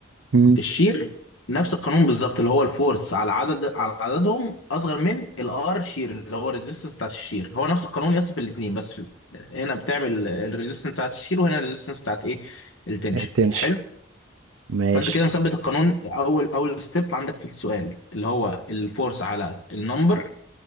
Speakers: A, on the right (about 85°); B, on the left (about 70°).
A: مم.
B: الشير نفس القانون بالظبط اللي هو الفورس على عدد على عددهم اصغر من الار شير اللي هو الريزيستنس بتاعت الشير هو نفس القانون يا اسطى في الاثنين بس في- هنا بتعمل الريزيستنس بتاعت الشير وهنا الريزيستنس بتاعت ايه التنشن
A: التنشن
B: حلو
A: ماشي
B: فانت كده مثبت القانون اول اول ستيب عندك في السؤال اللي هو الفورس على النمبر